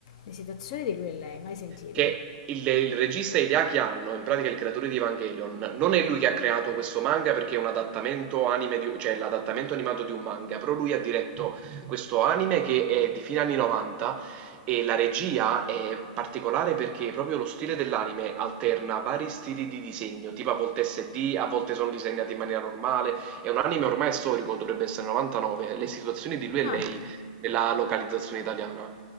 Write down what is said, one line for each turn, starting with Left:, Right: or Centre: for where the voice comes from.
Left: Le situazioni di lui e lei, mai sentito?
Right: Che il il regista Hideaki Anno, in pratica il creatore di Evangelion, non è lui che ha creato questo manga perché è un adattamento anime di- cioè l'adattamento animato di un manga, però lui ha diretto questo anime che è di fine anni 90 e la regia è particolare perché proprio lo stile dell'anime alterna vari stili di disegno, tipo a volte SD, a volte sono disegnati in maniera normale, è un anime ormai storico, dovrebbe essere 99, le situazioni di lui e
Left: Ah,
Right: lei nella localizzazione italiana.